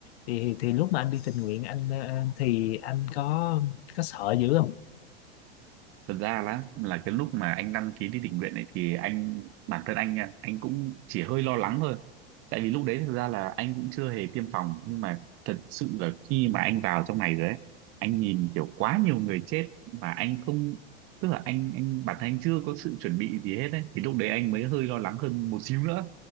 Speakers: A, on the left; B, on the right.
A: thì thì lúc mà anh đi tình nguyện anh ờ, thì anh có có sợ dữ không
B: thật ra là là cái lúc mà anh đăng ký đi tình nguyện này thì anh bản thân anh nha, anh cũng chỉ hơi lo lắng thôi tại vì lúc đấy thực ra là anh cũng chưa hề tiêm phòng nhưng mà thật sự là khi mà anh vào trong này rồi ấy anh nhìn kiểu quá nhiều người chết mà anh không tức là anh anh bản thân anh chưa có sự chuẩn bị gì hết ấy thì lúc đấy anh mới hơi lo lắng hơn một xíu nữa